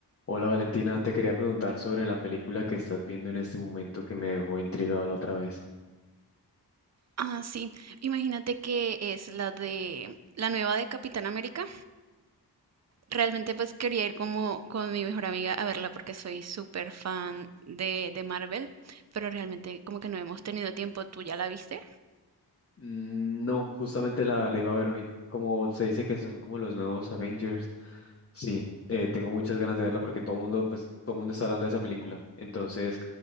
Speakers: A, on the left; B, on the right.
A: Hola Valentina, te quería preguntar sobre la película que estás viendo en este momento que me dejó intrigado la otra vez.
B: Ah, sí. Imagínate que es la de la nueva de Capitán América. Realmente pues quería ir como con mi mejor amiga a verla porque soy súper fan de, de Marvel, pero realmente como que no hemos tenido tiempo. ¿Tú ya la viste?
A: Mm, no, justamente la, la iba a ver hoy. Como se dice que son como los nuevos Avengers. Sí, eh, tengo muchas ganas de verla porque todo mundo, pues, todo mundo está hablando de esa película. Entonces,